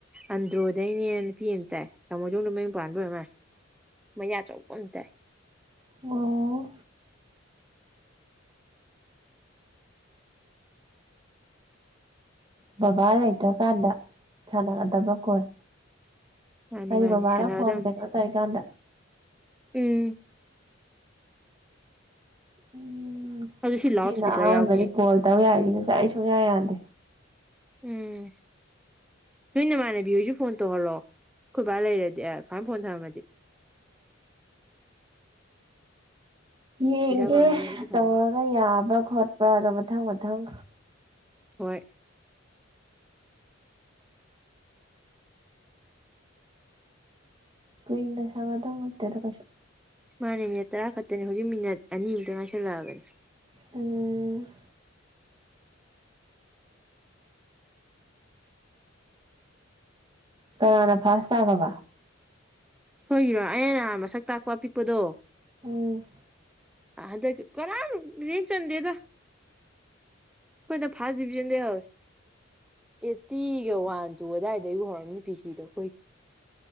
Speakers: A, in the centre; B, on the right.
A: ꯑꯟꯗ꯭ꯔꯣꯗꯩꯅꯦ ꯅꯨꯄꯤ ꯑꯝ ꯇꯥꯛꯑꯦ ꯂꯥꯡꯃꯣꯗꯣꯡꯗ ꯃꯌꯨꯝ ꯄꯥꯟꯕ ꯑꯣꯏꯔꯃꯥꯥꯜꯂꯦ ꯃꯌꯥ ꯆꯧꯕ ꯑꯝ ꯇꯥꯛꯑꯦ
B: ꯑꯣ ꯕꯕꯥ ꯂꯩꯇ꯭ꯔ ꯀꯥꯟꯗ ꯁꯥꯟꯅꯒꯗꯕ ꯀꯣꯜ
A: ꯃꯥꯅꯤ
B: ꯀꯔꯤ
A: ꯃꯥꯅꯤ
B: ꯕꯕꯥꯅ
A: ꯁꯥꯟꯅꯒꯗꯕꯅꯤ
B: ꯐꯣꯟ ꯀꯩꯅꯣ ꯇꯧꯔꯤꯀꯥꯟꯗ
A: ꯎꯝ
B: ꯎꯝ ꯎꯝ
A: ꯑꯗꯨ ꯁꯤ ꯂꯥꯎꯠ
B: ꯁꯤꯅ
A: ꯏꯁꯄꯤꯀꯔ
B: ꯑꯍꯥꯟꯕꯅꯤ
A: ꯌꯥꯎꯗꯦ
B: ꯀꯣꯜ ꯇꯧ ꯌꯥꯏꯖꯦ ꯉꯁꯥꯢ ꯁꯨꯡꯌꯥ ꯌꯥꯗꯦ
A: ꯎꯝ ꯅꯣꯏ ꯅꯃꯥꯟꯅꯕꯤ ꯍꯣꯏꯖꯨ ꯐꯣꯟ ꯇꯧꯍꯜꯂꯣ ꯈꯣꯢꯕ ꯂꯩꯔꯗꯤ ꯑ <unintelligible> ꯐꯣꯟ ꯊꯅꯝꯃꯗꯤ
B: ꯌꯦꯡꯒꯦ
A: ꯐꯪꯉꯅꯤ ꯑꯩꯁꯨ
B: ꯇꯧꯔꯒ
A: ꯐꯪꯉꯅꯤ
B: ꯌꯥꯕ꯭ꯔ ꯈꯣꯠ ꯄ꯭ꯔꯗ ꯃꯊꯪ ꯃꯊꯪ
A: ꯍꯣꯏ
B: ꯀꯨꯏꯅ ꯁꯥꯅꯗꯧ ꯅꯠꯇꯦꯗ ꯀꯩꯁꯨ
A: ꯃꯥꯅꯦ ꯃꯤꯅꯠ ꯇꯔꯥ ꯈꯛꯇꯅꯦ ꯍꯧꯖꯤꯛ ꯃꯤꯅꯠ ꯑꯅꯤꯃꯨꯛꯇ ꯉꯥꯏꯁꯜꯂꯛꯑꯕꯅꯦ
B: ꯎꯝ ꯀꯅꯥꯅ ꯐꯥꯥꯁ ꯇꯥꯒ꯭ꯔꯕ
A: ꯁꯣꯏꯔꯤꯔꯣ ꯑꯧꯅ ꯅꯍꯥꯟ ꯃꯁꯛ ꯇꯥꯛꯄ ꯑꯄꯤꯛꯄꯗꯣ
B: ꯎꯝ
A: ꯍꯟꯗꯛꯀꯤ ꯀꯅꯥꯝ ꯔꯦꯡ ꯆꯟꯗꯦꯗ ꯑꯩꯈꯣꯏꯅ ꯐꯥꯔꯁ ꯗꯤꯕꯤꯖꯟꯗ ꯌꯥꯎꯋꯦ ꯑꯦꯠꯇꯤꯒ ꯋꯥꯟ ꯇꯨ ꯑꯗꯨꯋꯥꯏꯗꯩꯕꯨ ꯍꯧꯔꯝꯅꯤ ꯄꯤ ꯁꯤꯗꯣ ꯑꯩꯈꯣꯏꯒꯤ